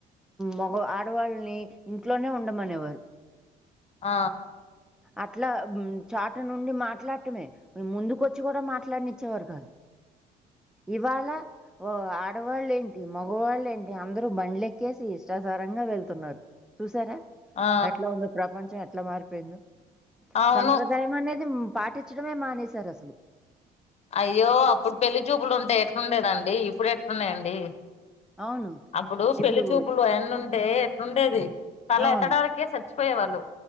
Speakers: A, in the centre; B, on the left.
A: మగ ఆడవాళ్ళని ఇంట్లోనే ఉండమనేవారు
B: ఆ
A: అట్లా చాట నుండి మాట్లాడటమే ముందుక వచ్చి కూడా మాట్లాడినిచ్చేవారు కాదు ఇవాళ ఓ ఆడవాళ్ళు ఏంటి మగవాళ్ళ ఏంటి అందరు బండ్ల ఎక్కేసి ఇష్టాసారంగా వెళ్తున్నారు చూసారా
B: ఆ
A: ఎట్లా ఉంద ప్రపంచం ఎ అట్లా మారిపోయిందో
B: అవును
A: సంప్రదాయం అనేది పాటించడమే మానేశారు అసలు
B: అయ్యో అప్పుడు పెళ్లి చూపులు ఉంటే ఎట‌్లుండేది అండి ఇప్పుడు ఎట్లున‌్నయి అండి
A: అవును
B: అప్పుడు
A: ఇప్పుడు
B: పెళ్లి చూపులు ఎన్న ఉంటే ఎట్లుండేది తల
A: అవును
B: ఎత్తడాకే స మచిపోయే వాళ్ళు